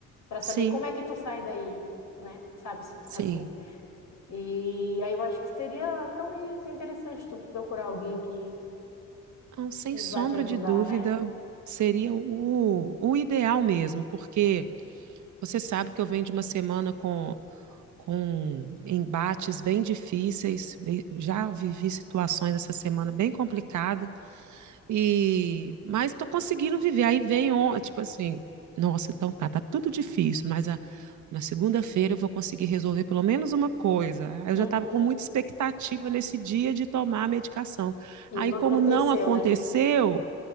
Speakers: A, on the left (about 65°); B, on the right (about 75°).
A: Para saber
B: Sim.
A: como é que tu sai daí, né? Sabe
B: Sim.
A: assim. E aí eu acho que seria talvez interessante tu procurar alguém que
B: Então, sem
A: que
B: sombra
A: vai te ajudar,
B: de dúvida,
A: né?
B: seria o, o ideal mesmo, porque você sabe que eu venho de uma semana com, com embates bem difíceis, e já vivi situações essa semana bem complicada, E, mas tô conseguindo viver. Aí veio, on- tipo assim, nossa, então tá, tá tudo difícil, mas a, na segunda-feira eu vou conseguir resolver pelo menos uma coisa. Aí
A: Uhum.
B: Eu já estava com muita expectativa nesse dia de tomar a medicação.
A: E
B: Aí,
A: não
B: como
A: aconteceu,
B: não aconteceu,
A: né?